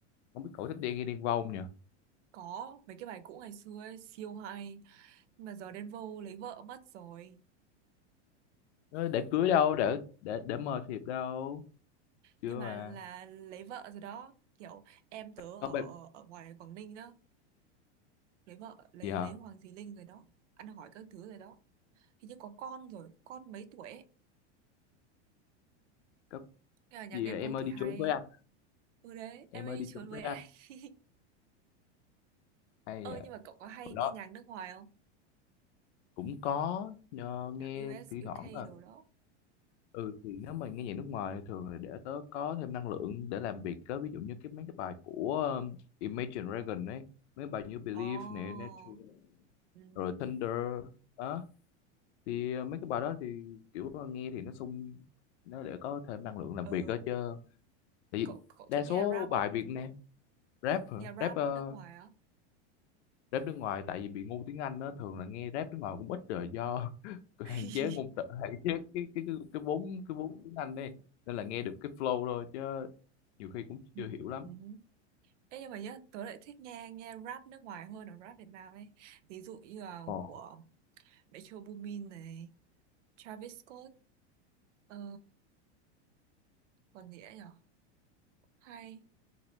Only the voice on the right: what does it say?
Có mấy cái bài cũ ngày xưa ấy, siêu hay. Nhưng mà giờ đến vô lấy vợ mất rồi.
Nhưng mà
là lấy vợ rồi đó. Kiểu em tớ ở
ở ngoài Quảng Ninh đó. Lấy vợ, lấy
lấy Hoàng Thùy Linh rồi đó. Ăn hỏi các thứ rồi đó. Hình như có con rồi, con mấy tuổi ấy.
Nhưng mà nhạc
Đen
Vâu
thì
hay.
Ừ đấy,
em ấy
đi
trốn
với
anh.
<laughs>
Ơ
nhưng mà cậu có hay
nghe
nhạc nước ngoài không?
Nhạc US,
UK
đồ đó.
Ồ.
Ừ.
Ờ,
cậu
cậu
thích
nghe rap không?
nghe rap
nước ngoài á
<laughs>
Ừ,
ừ. Ê, nhưng mà nhá, tớ lại thích nghe nghe rap nước ngoài hơn là rap Việt Nam ấy. Ví dụ như là
của Metro Boomin này, Travis Scott, ờ, còn gì nữa nhở? Hay,